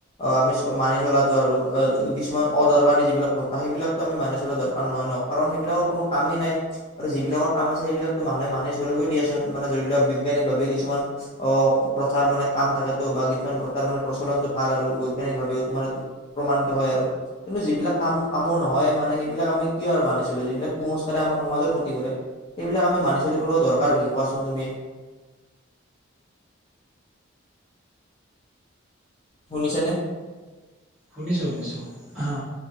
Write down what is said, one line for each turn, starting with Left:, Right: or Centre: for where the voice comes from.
Left: অ আমি মানি চলাতো আৰু অ কিছুমান অদৰকাৰী যিবিলাক প্ৰথা সেইবিলাকতো আমি মানি চলা দৰকাৰ নহয় ন। কাৰণ সেইবিলাকৰ কোনো কামেই নাই। আৰু যিবিলাকৰ কাম আছে সেইিলাকতো মানুহে মানহে চলিবই দিয়াচোন মানে ধৰি লোৱা বিজ্ঞানিকভাৱে কিছুমান অ প্ৰথাৰ মানে কাম থাকেতটো বা কিছুমান প্ৰথাৰ মানে প্ৰচলনটো ভাল আৰু বৈজ্ঞানিক ভাৱেও তোমাৰ এইটো প্ৰমাণিত হয় আৰু। কিন্তু যিবিলাক কাম কামৰ নহয় মানে সেইবিলাক আমি কিয় আৰু মানিছিলোঁ যিবিলাক কুসংস্কাৰে আমাৰ সমাজৰ ক্ষতি কৰে। এইবিলাক আমি মানি চলিব লগা দৰকাৰ কি কোৱাচোন তুমি? শুনিছানে?
Centre: শুনিছোঁ শুনিছোঁ হা